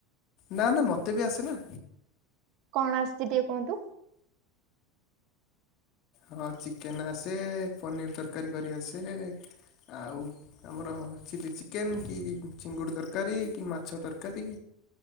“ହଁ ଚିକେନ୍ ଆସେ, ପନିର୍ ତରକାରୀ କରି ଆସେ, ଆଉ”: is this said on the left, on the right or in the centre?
Left